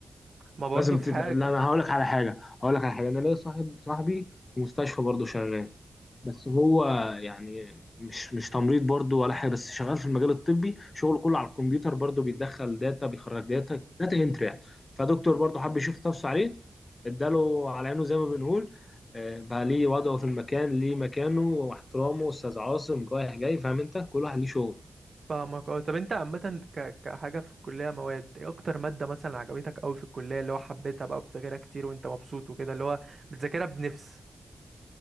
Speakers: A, on the right (about 50°); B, on the left (about 40°).
A: ما برضو
B: لازم
A: في
B: تت...
A: حاجه
B: لا انا هقول لك على حاجه هقول لك على حاجه انا ليا صاحب صاحبي في مستشفى برضه شغال بس هو يعني مش مش تمريض برضه ولا حاجه بس شغال في المجال الطبي شغله كله على الكمبيوتر برضه بيدخل داتا بيخرج داتا داتا انتري يعني فدكتور برضه حب يشوف نفسه عليه اداله على عينه زي ما بنقول آه، بقى ليه وضعه في المكان ليه مكانه واحترامه استاذ عاصم رايح جاي فاهم انت كل واحد ليه شغل
A: فاهمك اه طب انت عامة ك... كحاجة في الكلية مواد ايه اكتر مادة مثلا عجبتك اوي في الكلية اللي هو حبيتها بقى بتذاكرها كتير وانت مبسوط وكده اللي هو بتذاكرها بنفس